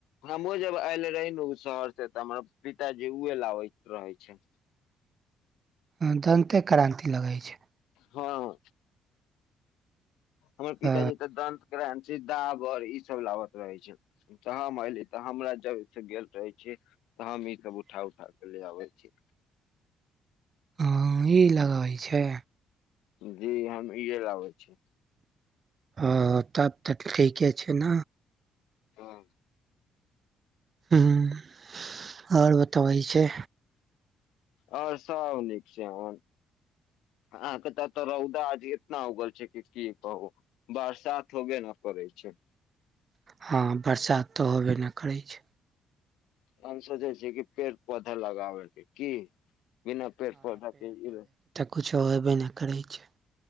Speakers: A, on the left; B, on the right.
A: हमहुँ जब आयल रही ओ शहर से तऽ हमरा पिताजी उए लाबैत रहै छै
B: ह दन्ते क्रान्ति लगै छै
A: हँ हमर पिताजी
B: आ
A: तऽ दंत क्रांति से डाबर ई सब लाबत रहे छै त हम एऐली तऽ हमरा जब से गेल रहे छी तऽ हम ई सब उठा उठा क ले आबै छी
B: हँ ई लगबै छै
A: जी हम ईहे लाबै छै
B: ओ तब त त ठीक छै न
A: हँ
B: हूं और बतबै छे
A: और सब नीक छै हमर हां त तऽ रौदा आज एतना उगल छै कि की कहू बरसात हो गेल ह करै छै
B: हां बरसात तऽ होबे न करै छै
A: हम सोचै छियै कि पेड़ पौधा लगाबैके की बिना पेड़ पौध के इ
B: किछो अयबे न करै छै